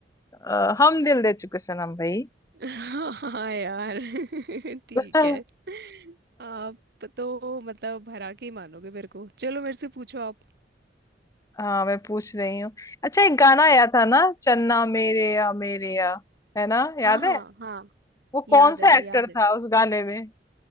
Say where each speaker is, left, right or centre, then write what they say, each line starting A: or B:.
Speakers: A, on the left; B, on the right.
A: अ, हम दिल दे चुके सनम भाई
B: हाँ यार <laughs> ठीक
A: <laughs> हाँ
B: है आप तो मतलब भरा के ही मानोगे मेरे को चलो मेरे से पूछो आप
A: हाँ, मैं पूछ रही हूँ अच्छा एक गाना आया था ना चन्ना मेरे या मेरे या है ना याद
B: हाँ हाँ
A: है
B: हाँ
A: वो
B: याद
A: कौन सा
B: है
A: एक्टर
B: याद है
A: था उस गाने में